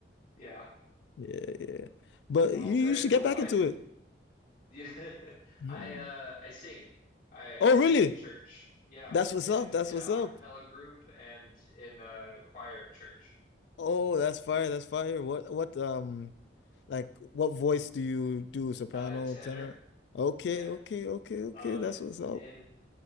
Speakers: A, on the left; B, on the left.
A: Yeah.
B: Yeah, yeah. But
A: Well,
B: you,
A: very
B: you should
A: cool.
B: get back
A: I
B: into it.
A: Yeah, <laughs>
B: Mhm.
A: I uh I sing. I
B: Oh,
A: I sing
B: really?
A: in church. Yeah,
B: That's what's
A: in
B: up. That's
A: in
B: what's
A: a a
B: up.
A: cappella group and in a choir at church.
B: Oh, that's fire.
A: And
B: That's fire. What what um like what voice do you do? Soprano,
A: uh tenor.
B: tenor? Okay,
A: Yeah.
B: okay, okay, okay.
A: Um
B: That's what's up.
A: in